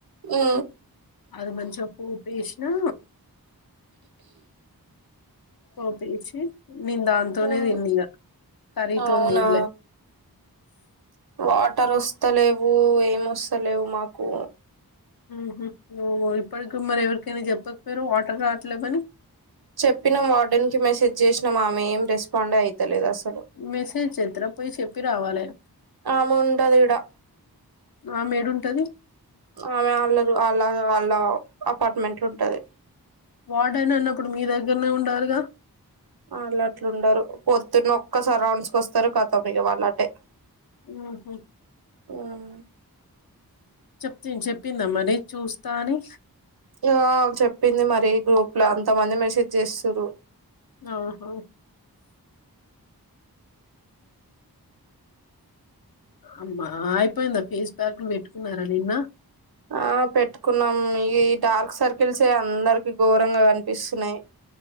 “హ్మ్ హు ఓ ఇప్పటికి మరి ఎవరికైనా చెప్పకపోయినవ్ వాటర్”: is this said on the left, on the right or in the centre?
Left